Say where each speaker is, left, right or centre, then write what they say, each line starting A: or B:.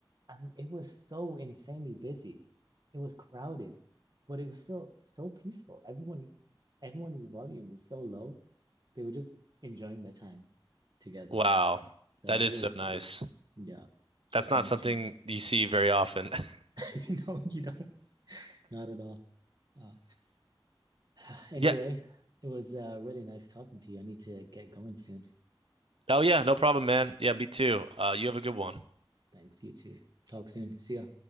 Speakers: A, on the right; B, on the right.
A: and it was so insanely busy. It was crowded, but it was still so peaceful. Everyone, everyone's volume was so low. They were just enjoying their time together.
B: Wow.
A: So
B: That
A: it
B: is
A: was
B: so
A: pretty.
B: nice.
A: <laughs> Yeah,
B: That's
A: it's
B: not
A: a nice
B: something
A: change.
B: you see very often. <laughs>
A: <laughs> No, you don't. Not at all. Uh, <sighs> anyway,
B: Yeah.
A: it was uh, really nice talking to you. I need to get going soon.
B: Oh yeah, no problem, man. Yeah, me too. Uh, you have a good one.
A: Thanks. You too. Talk soon. See ya.